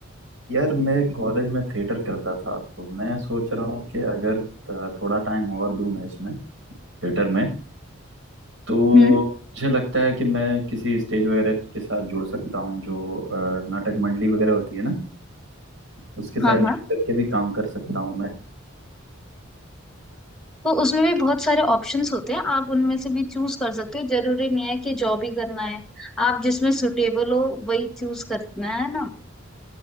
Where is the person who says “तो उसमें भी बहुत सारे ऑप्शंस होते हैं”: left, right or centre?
Centre